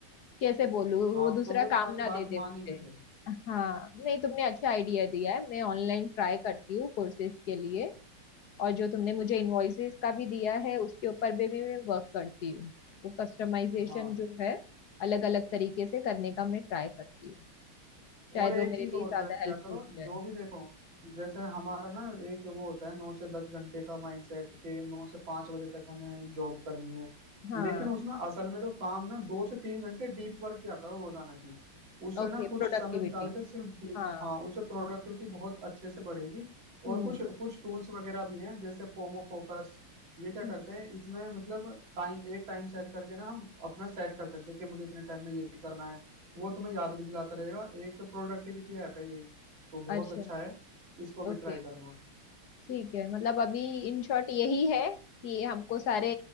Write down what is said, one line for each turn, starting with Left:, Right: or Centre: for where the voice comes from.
Left: कैसे बोलूँ
Right: हाँ
Left: वो दूसरा
Right: तो वो तुम्हारी
Left: काम ना
Right: बात
Left: दे दे
Right: मानेंगे
Left: मुझे
Right: फिर
Left: हाँ नहीं तुमने अच्छा आइडिया दिया है मैं ऑनलाइन ट्राई करती हूँ कोर्सेज के लिए और जो तुमने मुझे इनवॉइसेस का भी दिया है उसके ऊपर भी भी मैं वर्क करती हूँ वो कस्टमाइजेशन
Right: हाँ
Left: जो है अलग अलग तरीके से करने का मैं ट्राई करती हूँ शायद
Right: और एक
Left: वो मेरे
Right: चीज
Left: लिए
Right: और
Left: ज्यादा
Right: कर क्या
Left: हेल्पफुल
Right: करो
Left: हो जाए
Right: जो भी देखो जैसे हमारा ना एक वो होता है नौ से दस घंटे का माइंडसेट के नौ से पांच बजे तक हमें जॉब करनी है
Left: हाँ
Right: लेकिन उसमें असल में जो काम ना दो से तीन घंटे डीप वर्क किया करो रोजाना की उससे
Left: Okay
Right: ना कुछ
Left: productivity
Right: समय निकाल कर सिर्फ डीप
Left: हाँ
Right: हाँ उससे प्रोडक्टिविटी बहुत अच्छे से बढ़ेगी
Left: हम्म
Right: और कुछ कुछ टूल्स वगैरह भी हैं जैसे पोमो फोकस ये क्या करते
Left: हम्म,
Right: हैं इसमें मतलब टाइम एक टाइम सेट करके ना हम अपना सेट कर सकते हैं कि मुझे इतने टाइम में ये करना है वो तुम्हें याद भी दिलाता रहेगा एक प्रोडक्टिविटी ऐप है ये तो बहुत
Left: अच्छा
Right: अच्छा है इसको भी
Left: ओके
Right: ट्राई करना
Left: ठीक है मतलब अभी इन शॉर्ट यही है कि हमको सारे